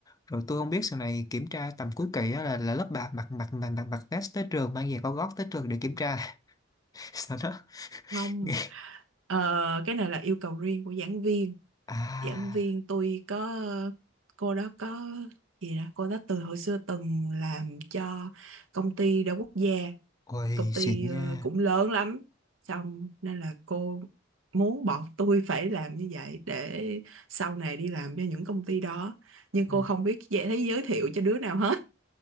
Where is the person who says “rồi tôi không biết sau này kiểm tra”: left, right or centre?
Left